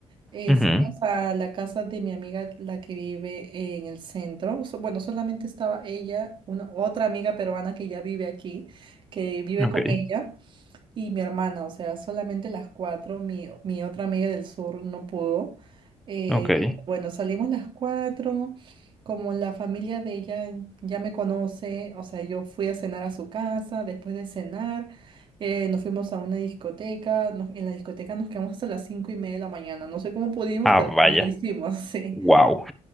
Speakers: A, on the right; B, in the centre.
A: Eh,
B: Ujú,
A: fuimos a la casa de mi amiga, la que vive en el centro. So- bueno, solamente estaba ella, una, otra amiga peruana que ya vive aquí, que vive
B: Sí, Ok,
A: con ella. Y mi hermana, o sea, solamente las cuatro, mi, mi otra amiga del sur no pudo. Eh,
B: ok. sí.
A: bueno, salimos las cuatro, como la familia de ella ya me conoce, o sea, yo fui a cenar a su casa, después de cenar eh, nos fuimos a una discoteca, nos- en la discoteca nos quedamos hasta las cinco y media de la mañana, no sé cómo pudimos,
B: Ah,
A: pero
B: vaya,
A: lo hicimos, <laughs> sí.
B: wow.